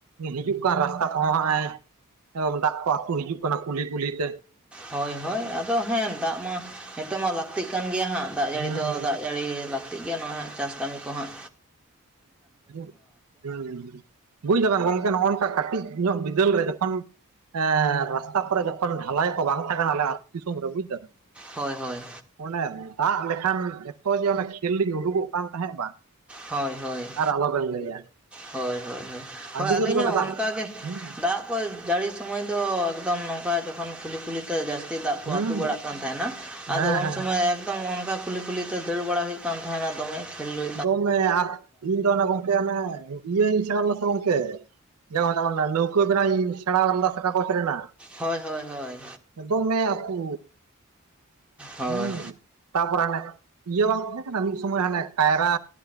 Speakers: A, on the right (about 75°); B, in the centre.
A: ᱦᱤᱡᱩᱜ ᱠᱟᱱ ᱨᱟᱥᱛᱟ ᱠᱚᱦᱚᱸ ᱦᱟᱸᱜᱼᱮᱭ <unintelligible> ᱫᱟᱜ ᱠᱚ ᱟᱹᱛᱩ ᱦᱤᱡᱩᱜ ᱠᱟᱱᱟ ᱠᱩᱞᱦᱤ ᱠᱩᱞᱦᱤ ᱛᱮ
B: ᱦᱳᱭ ᱦᱳᱭ ᱟᱫᱚ ᱦᱮᱸ ᱫᱟᱜ ᱢᱟ ᱱᱤᱛᱚᱜ ᱢᱟ ᱞᱟᱹᱠᱛᱤᱜ ᱠᱟᱱ ᱜᱮᱭᱟ ᱦᱟᱸᱜ ᱫᱟᱜ ᱡᱟᱹᱲᱤ
A: ᱦᱩᱸ
B: ᱫᱚ ᱫᱟᱜ ᱡᱟᱹᱲᱤ ᱞᱟᱠᱛᱤ ᱴᱷᱤᱠ ᱜᱮᱭᱟ ᱱᱚᱣᱟ ᱦᱟᱜ ᱪᱟᱥ ᱠᱟᱹᱢᱤ ᱦᱟᱜ
A: <inaudible> <inaudible> ᱵᱩᱡ ᱫᱟᱵᱮᱱ ᱜᱚᱢᱠᱮ ᱱᱚᱜᱼᱚ ᱱᱚᱝᱠᱟ ᱠᱟᱹᱴᱤᱡ ᱧᱚᱜ ᱵᱤᱫᱟᱹᱞ ᱨᱮ ᱡᱚᱠᱷᱚᱱ ᱮᱸ ᱨᱟᱥᱛᱟ ᱠᱚᱨᱮ ᱡᱚᱠᱷᱚᱱ ᱰᱷᱟᱞᱟᱭ ᱠᱚ ᱵᱟᱝ ᱛᱟᱦᱮᱸ ᱠᱟᱱᱟ ᱟᱞᱮ ᱟᱹᱛᱩ ᱫᱤᱥᱚᱢ ᱨᱮ ᱵᱩᱡ ᱫᱟᱵᱮᱱ।
B: ᱦᱳᱭ ᱦᱳᱭ।
A: ᱚᱱᱮ ᱫᱟᱜ ᱞᱮᱠᱷᱟᱱ ᱮᱛᱚ ᱡᱮ ᱚᱱᱮ ᱠᱷᱮᱞ ᱞᱤᱧ ᱩᱰᱩᱠᱚᱜ ᱠᱟᱱ ᱛᱟᱦᱮᱸᱜ ᱵᱟᱝ
B: ᱦᱳᱭ ᱦᱳᱭ।
A: ᱟᱨ ᱟᱞᱚ ᱵᱮᱱ ᱞᱟᱹᱭᱟ।
B: ᱦᱳᱭ ᱦᱳᱭ ᱦᱳᱭ ᱾ ᱦᱳᱭ
A: ᱟᱹᱰᱤ
B: ᱟᱹᱞᱤᱧ
A: ᱡᱳᱨ ᱜᱮ
B: ᱦᱚᱸ
A: ᱚᱱᱟ ᱫᱟᱜ
B: ᱚᱱᱠᱟᱜᱮ
A: ᱦᱩᱸ
B: ᱫᱟᱜ ᱦᱳᱭ ᱡᱟᱹᱲᱤ ᱥᱟᱢᱚᱭ ᱫᱚ ᱮᱠᱫᱚᱢ ᱱᱚᱝᱠᱟ <unintelligible> ᱠᱷᱚᱱ ᱠᱩᱞᱦᱤ ᱠᱩᱞᱦᱤ ᱛᱮ ᱡᱟᱹᱥᱛᱤ ᱫᱟᱜ ᱠᱚ
A: ᱦᱩᱸ
B: ᱟᱹᱛᱩ ᱵᱟᱲᱟᱜ ᱠᱟᱱ ᱛᱟᱦᱮᱸᱱᱟ
A: ᱦᱮᱸ
B: ᱟᱫᱚ ᱩᱱ
A: ᱦᱮᱸ
B: ᱥᱚᱢᱚᱭ ᱮᱠᱫᱚᱢ ᱚᱱᱠᱟ ᱠᱩᱞᱦᱤ ᱠᱩᱞᱦᱤ ᱛᱮ ᱫᱟᱹᱲ ᱵᱟᱲᱟ ᱦᱩᱭᱩᱜ ᱠᱟᱱ ᱛᱟᱦᱮᱱᱟ ᱫᱚᱢᱮ ᱠᱷᱮᱞᱰᱩ
A: ᱫᱚᱢᱮ ᱟᱨ ᱤᱧᱫᱚ ᱚᱱᱮ ᱜᱚᱢᱠᱮ ᱚᱱᱮ ᱤᱭᱟᱹᱧ ᱥᱮᱬᱟ ᱞᱮᱫᱟ ᱥᱮ ᱜᱚᱢᱠᱮ ᱡᱮ ᱚᱱᱮ ᱚᱱᱟ ᱱᱟᱹᱣᱠᱟᱹ ᱵᱮᱱᱟᱣᱤᱧ ᱥᱮᱸᱬᱟ ᱞᱮᱫᱟ ᱥᱮ ᱠᱟᱜᱚᱡᱽ ᱨᱮᱱᱟᱜ
B: ᱦᱳᱭ ᱦᱳᱭ ᱦᱳᱭ।
A: ᱫᱚᱢᱮ ᱟᱛᱩ
B: ᱦᱳᱭ
A: ᱦᱮᱸ ᱛᱟᱯᱚᱨᱮ ᱦᱟᱱᱮ ᱤᱭᱟᱹ ᱵᱟᱝ ᱛᱟᱦᱮᱸ ᱠᱟᱱᱟ ᱢᱤᱫ ᱥᱚᱢᱚᱭ ᱦᱟᱱᱮ ᱠᱟᱭᱨᱟ